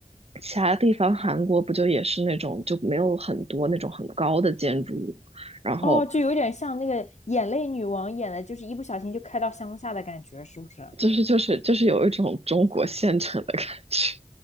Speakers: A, on the right; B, on the left.
A: 其他地方，韩国不就也是那种就没有很多那种很高的建筑物嘛然后
B: 哦，就有点像那个眼泪女王演的，就是一不小心就开到乡下的感觉，是不是？
A: 就是就是就是有一种中国县城的感觉。